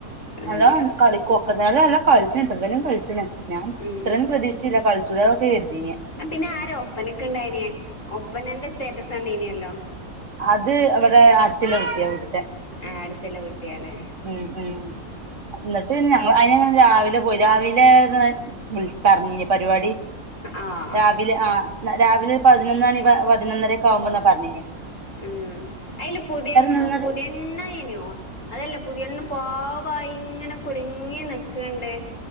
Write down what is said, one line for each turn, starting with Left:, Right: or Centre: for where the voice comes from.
Left: അതന്നെ
Right: അല്ല കളിക്കൊക്കുന്നല്ല എല്ലാം കളിച്ചണിട്ട് ഇവനും കളിച്ചിണ്. ഞാൻ
Left: ഉം
Right: ഇത്രയും പ്രതീക്ഷിച്ചില്ല കളിച്ചൂല ഒക്കെ കരുതിന്.
Left: പിന്നെ ആര് ഒപ്പനക് ഉണ്ടായിന് ഒപ്പനന്റെ സ്റ്റേറ്റസ് ഉണ്ടീനീനല്ലോ?
Right: അത് അവിടെ അടുത്തുളള വിട് തെ കുട്ടിയത്തെ
Left: ആഹ് അടുത്തുള്ള കുട്ടിയാല്ലേ
Right: ആഹ് ആഹ് എന്നിട്ട് ഞ അയിന് രാവിലെ പോയി രാവിലെ വിള പറഞ്ഞ് പരിപാടി.
Left: ആഹ്
Right: ആ രാവിലെ ഒരു പതിനൊന്ന് മണി പതിനൊന്നര ഒക്ക ആമ്പോന്നാ പറഞ്ഞി ന്
Left: ഉം അയ്ല് പുതയണ്
Right: നിന്നൊരു
Left: പുതയണ്ണയ് നോ അതല്ല പുതിയണ്ണ് പാവായി ഇങ്ങനെ കുലുങ്ങി നി ക്ക്ണ്ട്.